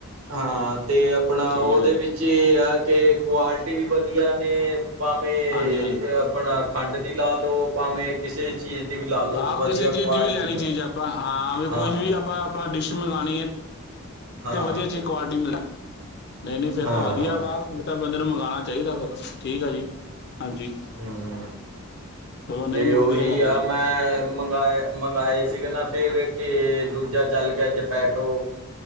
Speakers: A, on the right; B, on the left.
A: ਹਾਂ ਤੇ ਆਪਣਾ
B: ਠੀਕ
A: ਉਹਦੇ
B: ਆ ਜੀ
A: ਵਿੱਚ 'ਚ ਆ ਕਿ ਕੁਆਲਿਟੀ ਵੀ ਵਧੀਆ ਨੇ ਭਾਵੇਂ
B: ਹਾਂਜੀ ਹਾਂਜੀ
A: ਆਪਣਾ ਖੰਡ ਦੀ ਲਾ ਲਓ। ਭਾਵੇਂ ਕਿਸੇ ਚੀਜ਼ ਦੀ ਵੀ ਲਾ ਲਓ
B: ਆਪ
A: ਵਧੀਆ
B: ਕਿਸੇ ਚੀਜ਼
A: ਕੁਆਲਿਟੀ
B: ਦੀ ਵੀ ਲੈਣੀ
A: ਆ
B: ਚੀਜ਼ ਆਪਾਂ ਹਾਂ ਵੀ
A: ਹਾਂ।
B: ਕੁਝ ਵੀ ਆਪਾਂ ਆਪਾਂ ਡਿਸ਼ ਮੰਗਉਣੀ ਹੈ।
A: ਹਾਂ
B: ਤੇ ਵਧੀਆ ਜਿਹੀ ਕੁਆਲਿਟੀ ਮਿਲ ਨਹੀਂ ਨਹੀਂ ਫੇਰ
A: ਹਾਂ
B: ਤਾਂ ਵਧੀਆ
A: ਹਾਂ
B: ਵਾ ਤਾਂ ਬੰਦੇ ਨੂੰ ਮੰਗਵਾਉਣਾ ਚਾਹੀਦਾ ਫੇਰ ਠੀਕ ਆ ਜੀ ਹਾਂਜੀ।
A: ਹੂੰ
B: ਚਲੋ ਨਹੀਂ
A: ਤੇ
B: ਨਹੀਂ
A: ਉਹੀ
B: ਵਧੀਆ ਗੱਲ
A: ਆ
B: ਹੈ ਜੀ
A: ਮੈਂ ਮੰਗਵਾਏ ਮੰਗਵਾਏ ਸੀਗੇ ਨਾ ਫੇਰ ਕੇ ਦੂਜਾ ਚੱਲ ਗਿਆ ਜੋਮੈਟੋ।